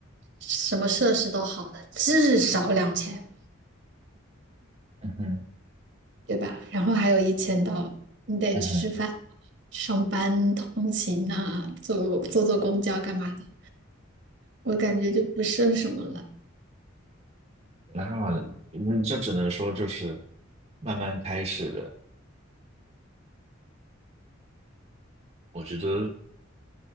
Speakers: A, on the right; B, on the right.
A: 什么设施都好的，至少两千。
B: 嗯哼，
A: 对吧？然后还有一千刀，你得吃吃饭、
B: 嗯哼，
A: 上班、通勤啊，坐坐坐公交干嘛的，我感觉就不剩什么了，
B: 那嗯，这只能说就是慢慢开始了。我觉得